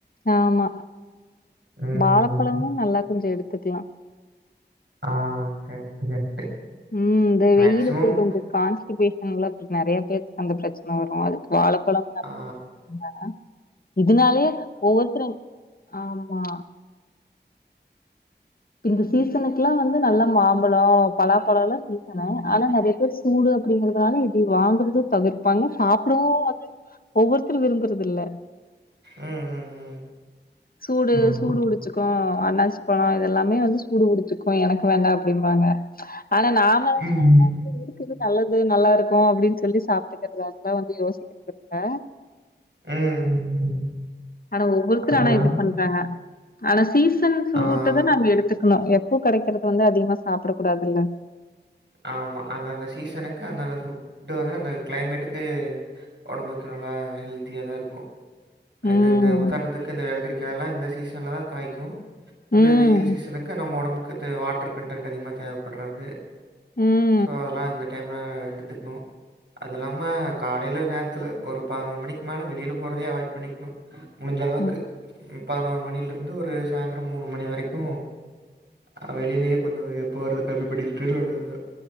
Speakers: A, on the left; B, on the right.
A: ஆமா
B: ம்
A: வாழப்பழமு நல்லா கொஞ்சோ எடுத்துக்கலா
B: ஆ கரெக்ட் கரெக்ட்
A: ம் இந்த வெயில்க்கு
B: மேக்ஸிமம்
A: கொஞ்சோ கான்ஸ்டிபே ஷன்னால நெறையா பேத்துக்கு அந்த பிரச்சன வரு அதுக்கு வாழப்பழம்
B: ஆ
A: ஆமா இதுனாலயே ஒவ்வொருத்தரு ஆமா இந்த சீசனுக்குல்லா வந்து நல்லா மாம்பழோ பலாப்பழோல்லா சீசனு ஆனா நெறைய பேர் சூடு அப்டிங்கிறதுனால இதே வாங்கறதே தவிர்ப்பாங்க சாப்டவு வந்து ஒவ்வொருத்தரு விரும்புறது இல்ல
B: ம் ம் ம்
A: சூடு
B: ஆமாம்
A: சூடு புடிச்சிக்கு அண்ணாசி பழம் இதெல்லாமே வந்து சூடு புடிச்சுக்கு எனக்கு வேண்டா அப்டிம்பாங்க ஆனா நாம வேணா
B: ம் ம்
A: சேரி இருக்குது நல்லது நல்லா இருக்கு அப்டின்னு சொல்லி சாப்ட்டுக்கிறது அதெல்லா வந்து யோசிக்கிறது இல்ல
B: ம் ம் ம்
A: ஆனா ஒவ்வொருத்தரு
B: அதெல்லாம்
A: ஆனா இப்டி பண்றாங்க ஆனா சீசன் ஃப்ரூட்
B: ஆ
A: தா நாங்க எடுத்துக் கணு எப்பவு கெடைக்கிறத வந்து அதிகமா சாப்ட கூடாதுங்க
B: ஆமா அந்தந்த சீசனுக்கு அந்தந்த ஃபுட்டு் வந்து அந்த கிளைமேட்டுக்கு ஒடம்புக்கு நல்லா ஹெல்தியாதா இருக்கு அது
A: ம்
B: இந்த உதாரணத்துக்கு இந்த வெள்ரிக்காயல்லா இந்த சீசன்லதா காய்க்கு இந்த
A: ம்
B: வெயில் சீசனுக்கு நம்ம ஒடம்புக்கு தே வாட்டர் கன்டன்ட் அதிகமா தேவப்பட்றது
A: ம்
B: சோ அதெல்லா இந்த டைம்ல எடுத்துக்கணு அது இல்லாம காலேல நேரத்துல ஒரு பதுனொரு மணிக்கி மேல வெளில போறதே அவாய்ட் பண்ணிக்கணு முடிஞ்ச அளவுக்கு
A: ம்
B: பதினொரு மணில இருந்து ஒரு சாய்ந்தரோ மூணு மணி வரைக்கு ஆ வெளிலயே கொஞ்சோ போறத கம்மி பண்ணிக்கிட்டா நல்லதுதா